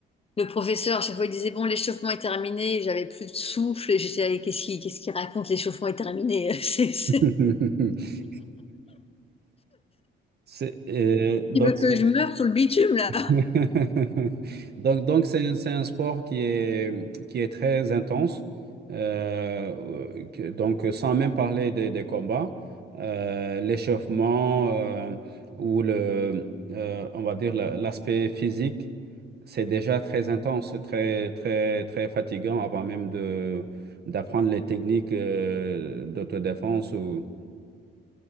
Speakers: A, on the left (about 30°); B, on the right (about 55°).
A: le professeur, à chaque fois, il disait, bon, l'échauffement est terminé, j'avais plus de souffle, et j'étais, allez, qu'est-ce qu'il qu'est-ce qu'il raconte, l'échauffement est terminé? <laughs> C'est, c'est-
B: <laughs> C'est, euh, donc,
A: Il veut que
B: c'est
A: je meure sur le bitume, là.
B: <laughs> Donc, donc c'est un, c'est un sport qui est, qui est très intense. Euh, que- donc, sans même parler des, des combats, euh, l'échauffement euh, ou le, euh, on va dire la- l'aspect physique, c'est déjà très intense, très, très, très fatigant avant même de, d'apprendre les techniques euh, d'autodéfense. Ou...